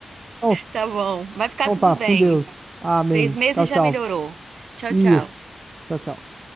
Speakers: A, on the right; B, on the right.
A: Então,
B: Tá bom. Vai ficar
A: então
B: tudo
A: tá, fica
B: bem.
A: com Deus. Amém.
B: Três meses
A: Tchau,
B: já
A: tchau.
B: melhorou. Tchau,
A: Isso.
B: tchau.
A: Tchau, tchau.